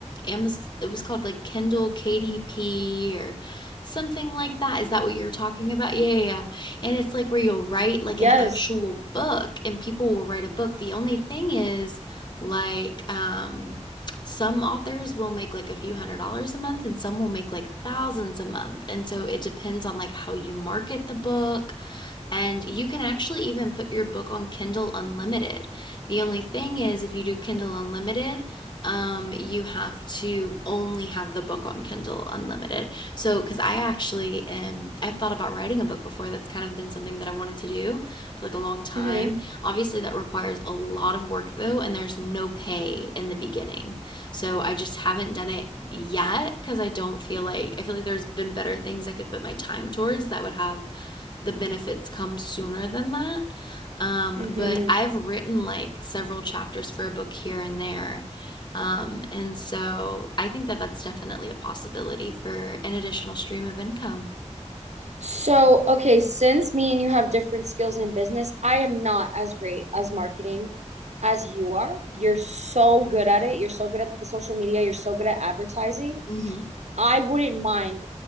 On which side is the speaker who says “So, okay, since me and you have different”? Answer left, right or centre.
Right